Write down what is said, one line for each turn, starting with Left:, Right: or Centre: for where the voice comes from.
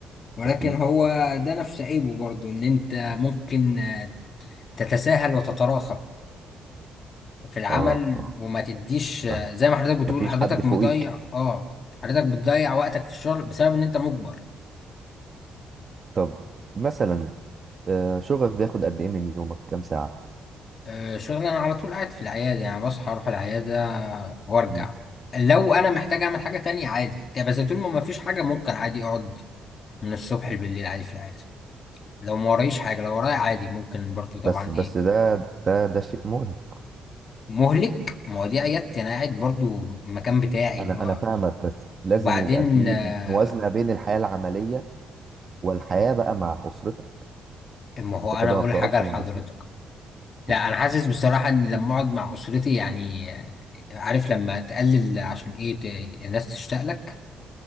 Left: ولكن
Right: أكيد
Left: هو ده نفس عيبه برضو ان انت ممكن آه، تتساهل وتتراخى في العمل
Right: اه اه
Left: وما تديش آه،
Right: فاهم
Left: زي ما حضرتك بتقول
Right: مفيش
Left: حضرتك
Right: حد فوقيك
Left: مضيع اه حضرتك بتضيع وقتك في الشغل بسبب ان انت مجبر
Right: طب مثلا آه، شغل بياخد قد ايه من يومك كام ساعة
Left: آه، شغل انا على طول قاعد في العيادة يعني بصحى اروح العيادة وارجع
Right: مم.
Left: لو انا محتاج اعمل حاجة تانية عادي يعني بس طول ما ما فيش حاجة ممكن عادي اقعد من الصبح بالليل عادي في العيادة لو ما ورايش حاجة لو ورايا عادي ممكن برضو طبعا
Right: بس بس
Left: ايه
Right: ده ده ده شيء مرهق
Left: مهلك ما هو دي عيادتي انا قاعد برضو المكان بتاعي
Right: انا
Left: اللي هو
Right: انا فاهمك بس لازم
Left: وبعدين
Right: يبقى في
Left: آه،
Right: موازنة بين الحياة العملية والحياة بقى مع أسرتك
Left: ما هو
Right: انت
Left: انا
Right: كده
Left: اقول
Right: ما بتقعدش
Left: حاجه لحضرتك
Right: مع أسرتك كل-
Left: لا انا حاسس بصراحه ان لما اقعد مع اسرتي يعني آه، عارف لما تقلل عشان ايه ت- الناس تشتاق لك